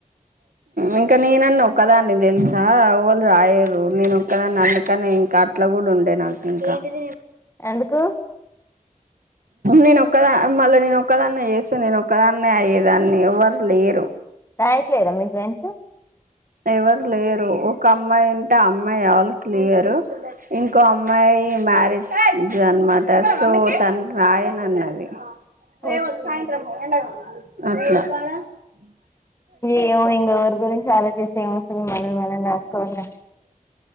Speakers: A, on the right; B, on the left.
A: ఇంకా నేనన్న ఒక్కదాన్ని తెలుసా వాళ్ళు రాయరు నేను ఒక్కదాన్ని అందుకని ఇంకా అట్లా కూడా ఉండే నాకు ఇంకా ది
B: ఎందుకు
A: నేను ఒక్కదా మళ్ళీ నేను ఒక్కదాన్న చేస్తా నేను ఒక్కదాన్న అయ్యేదాన్ని ఎవ్వరు లేరు
B: ఇట్లే రమ్ మీ ఫ్రెండ్స్
A: ఎవరు లేరు ఒక అమ్మాయి ఉంటే అమ్మాయి ఆల్ క్లియరు ఇంకో అమ్మాయి మ్యారేజ్ జన్మాత సో తను రాయన అన్నది రేంది
B: ఓకే
A: సాయంత్రం పో ఎండ అఓక
B: ఏమో ఇంగా ఎవరి గురించి అలో చిస్త స్తే ఎమస్తది మనది మనం రాస్కోవాలి గాని